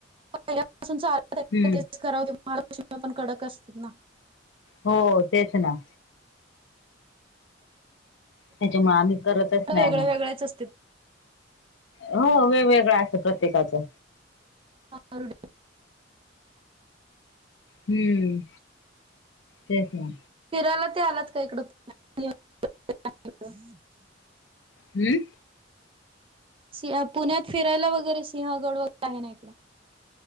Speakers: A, on the right; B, on the left.
A: <unintelligible> महालक्ष्मी
B: हम्म
A: पण कडक असतेत ना.
B: हो, तेच ना. त्याच्यामुळ आम्ही करतच नाही
A: वेगळ्या
B: मग.
A: वेगळ्याच असतात.
B: हो, वेगवेगळं असतं प्रत्येकाचं.
A: <unintelligible>
B: हम्म, तेच ना.
A: फिरायला ते आलात का इकड? <unintelligible>
B: हम्म.
A: सिं पुण्यात फिरायला वगैरे, सिंहगड वगैरे आहे ना इकडं.